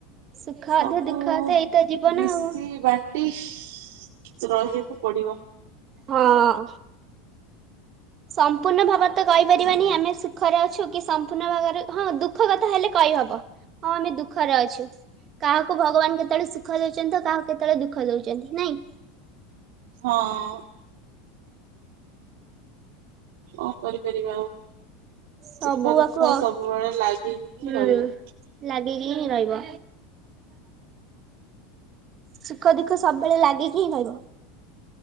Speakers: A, on the right (about 30°); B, on the right (about 70°).
A: ସୁଖ
B: ସବୁ
A: ଅଧେ ଦୁଃଖ ଅଧେ ଏଇତ ଜୀବନ
B: ମିଶି
A: ଆଉ।
B: ବାଣ୍ଟି ଇସି କିଛି ରହିବାକୁ ପଡିବ।
A: ହଁ। ସମ୍ପୂର୍ଣ୍ଣ ଭାବରେ ତ କହିପାରିବାନି ଆମେ ସୁଖରେ ଅଛୁ କି ସମ୍ପୂର୍ଣ୍ଣ ଭାବରେ ହଁ ଦୁଃଖ କଥା ହେଲେ କହିହବ। ହଁ ଆମେ ଦୁଃଖରେ ଅଛୁ। କାହାକୁ ଭଗବାନ କେତେବେଳେ ସୁଖ ଦେଉଛନ୍ତି କାହାକୁ କେତେବେଳେ ଦୁଃଖ ଦେଉଛନ୍ତି ନାଇଁ।
B: ହଁ। ହ କରିପାରିବା ଆଉ
A: ସବୁଆକୁ
B: ସୁଖ ଦୁଃଖ
A: ଅ-
B: ସବୁବେଳେ ଲାଗି କିହିଁ
A: ହୁଁ
B: ରହିବ
A: ଲାଗିକି ହି ରହିବ। ସୁଖ, ଦୁଃଖ ସବୁବେଳେ ଲାଗିକିଁ ହିଁ କହିବ।